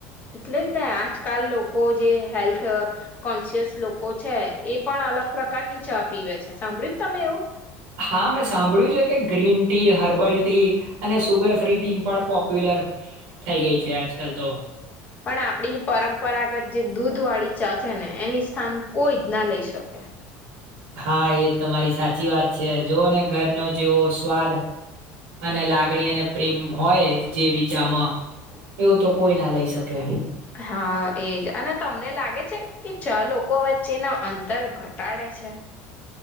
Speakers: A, on the left (about 25°); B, on the right (about 90°).
A: એટલે જ ને આજકાલ લોકો જે હેલ્થ અહ કોન્શિયસ લોકો છે એ પણ અલગ પ્રકારની ચા પીવે છે. સાંભળી જ તમે એવું?
B: હા, મેં સાંભળ્યું છે કે ગ્રીન ટી, હર્બલ ટી અને સુગર ફ્રી ટીમ પણ પોપ્યુલર થઈ ગઈ છે આજકાલ તો
A: પણ આપડી પરંપરાગત જે દૂધ વાળી ચા છે ને એની સ્થાન કોઈ જ ના લઈ શકે.
B: હા, એ તમારી સાચી વાત છે. જો ને ઘરનો જેવો સ્વાદ અને લાગણી અને પ્રેમ હોય જેવી ચામાં એવું તો કોઈ ના લઈ શકે.
A: હા, એજ અને તમને લાગે છે કે ચા લોકો વચ્ચેના અંતર ઘટાડે છે?